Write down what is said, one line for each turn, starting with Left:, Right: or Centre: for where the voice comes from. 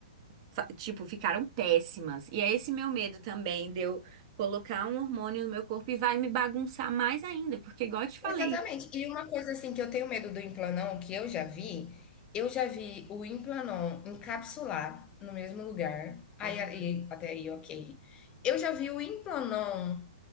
Right: fa- tipo, ficaram péssimas. E é esse meu medo também, de eu colocar um hormônio no meu corpo e vai me bagunçar mais ainda, porque, igual eu te falei.
Left: exatamente. E uma coisa assim que eu tenho medo do implanon, que eu já vi, eu já vi o implanon encapsular no mesmo lugar, aí,
Right: Hum,
Left: aí- até aí ok. Eu já vi o implanon